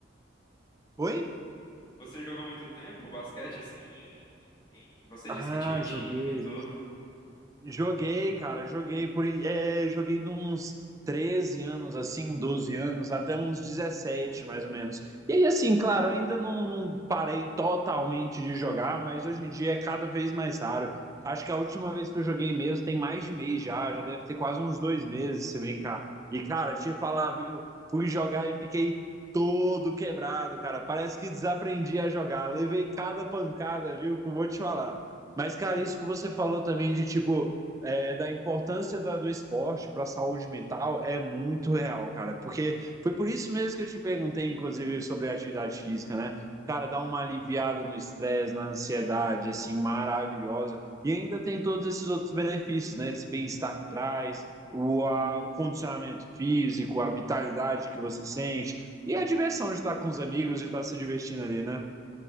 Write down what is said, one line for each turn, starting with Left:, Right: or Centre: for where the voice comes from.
Right: Oi?
Left: Você jogou muito tempo basquete, assim, em- em- você
Right: Ah,
Left: disse que tinha um time
Right: joguei.
Left: e tudo.
Right: Joguei, cara, joguei por, é, joguei de uns 13 anos, assim, 12 anos, até uns 17 mais ou menos. E aí, assim, claro, ainda não, não parei totalmente de jogar, mas hoje em dia é cada vez mais raro. Acho que a última vez que eu joguei mesmo tem mais de mês já, já deve ter quase uns dois meses, se brincar. E, cara, te falar, viu, fui jogar e fiquei todo quebrado, cara. Parece que desaprendi a jogar. Levei cada pancada, viu, que eu vou te falar. Mas, cara, isso que você falou também de tipo é, da importância da- do esporte para a saúde mental é muito real, cara. Porque foi por isso mesmo que eu te perguntei, inclusive, sobre a atividade física, né? Cara, dá uma aliviada no estresse, na ansiedade, assim, maravilhosa. E ainda tem todos esses outros benefícios, né? Esse bem-estar que traz, o, a- o condicionamento físico, a vitalidade que você sente e a diversão de estar com os amigos, de estar se divertindo ali, né?